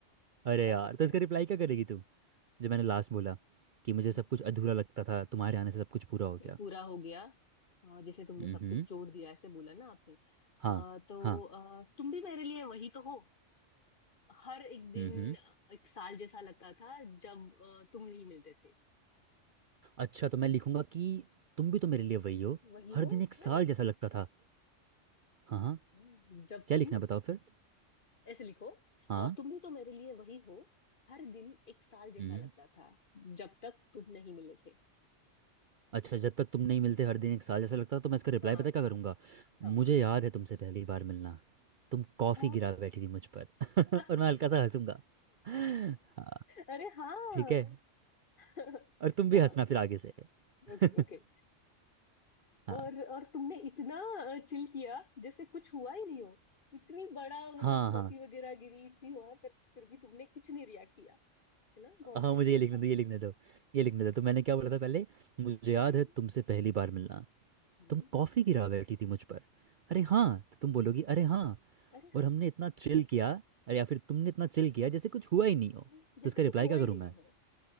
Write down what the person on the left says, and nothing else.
कर
सकते
हैं
हम्म,
ये
पूरा हो गया अ, जैसे तुमने
सब कुछ जोड़ दिया ऐसे बोला ना आपने अ,
तो
अ, तुम भी मेरे लिए वही तो हो हर एक दिन
एक साल जैसा लगता था जब अ, तुम नहीं मिलते थे
वही
हो
है ना
हाँ, जब
तुम
ऐसे लिखो
अ, तुम भी तो मेरे लिए वही हो हर दिन एक साल जैसा
लगता था जब तक तुम नहीं मिले थे
हाँ
हाँ
हाँ
<laughs>
अरे हाँ
<laughs>
हाँ
Okay
okay
और और तुमने इतना चिल किया जैसे कुछ हुआ ही नहीं हो इतनी बड़ा मतलब
कॉफी
वगैरह गिरी इतनी हुआ पर फिर भी तुमने कुछ नहीं रिएक्ट किया है ना बहुत
चिल
किया
था
अरे हाँ
हम्म,
हम्म,
अरे
हाँ
कुछ
नहीं जैसे
कुछ हुआ
ही
नहीं
हो